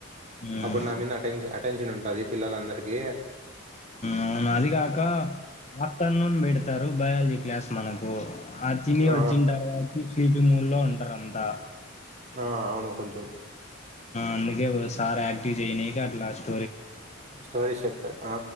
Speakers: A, on the left (about 30°); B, on the right (about 30°).
A: హ్మ్.
B: అప్పుడు నా మీంద అటెన్షన్ అటెన్షన్ ఉంటంది కది పిల్లలందరికీ
A: అవును అదిగాక afternoon medicine sir biology class మనకు అతిని
B: ఆ
A: వచ్చింటారు అతి కీబ మూల్లో ఉండరు అంతా
B: ఆ అవును కొంచెం
A: అందుకే సార్ యాక్టివ్ చేయనాయి కాట్ లాస్ట్
B: స్టోరీష్ చెప్తారు ఆ